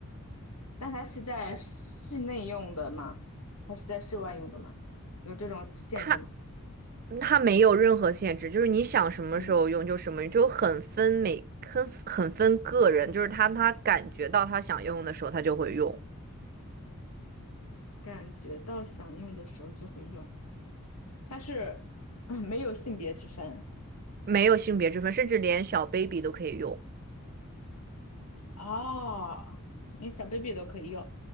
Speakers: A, on the left; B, on the right.
A: 那它是在室内用的吗？还是在室外用的吗？有这种限制吗？
B: 它它没有任何限制，就是你想什么时候用就什么用，
A: 嗯，
B: 就很分每很很分个人，就是他他感觉到他想用的时候他就会用，
A: 感觉到想用的时候就会用。它是嗯没有性别之分
B: 没有性别之分，甚至连小 baby 都可以用。
A: 哦，连小 baby 都可以用。